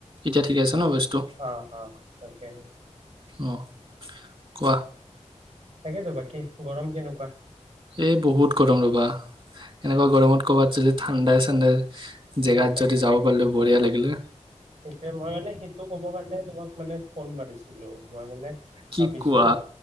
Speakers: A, on the right (about 45°); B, on the right (about 60°).
A: এতিয়া ঠিকে আছে ন ভইচটো
B: আহ', অ', ভালকে আহিছে
A: অ কোৱা
B: তাকেইতো বাকী গৰম কেনেকুৱা?
A: এই বহুত গৰম ৰ'বা এনেকুৱা গৰমত'কৰবাত যদি ঠাণ্ডাই চাণ্ডাই জেগাত
B: এ ', তাকে
A: যদি যাব পাৰিলো
B: সেইটোৱে
A: বঢ়িয়া লাগিলে
B: -সেইটোৱে মই মানে তটো ক'ব কাৰণে তোমাক মানে ফোন মাৰিছিলো মই মানে
A: কি
B: ভাবিছো
A: কোৱা